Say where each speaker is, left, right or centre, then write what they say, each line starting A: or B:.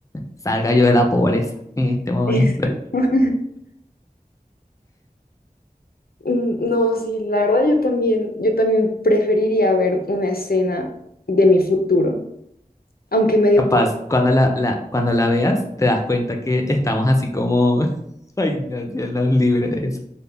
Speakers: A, on the left; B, on the left.
A: Salga yo de la pobreza en este momento.
B: Exacto. <laughs> Mm, No, sí, la verdad yo también, yo también preferiría ver una escena de mi futuro, aunque
A: <laughs>
B: me dio
A: Capaz,
B: un poquito,
A: cuando la, la- cuando la veas, te das cuenta que estamos así como, <laughs> ay, no, Dios nos libre de eso,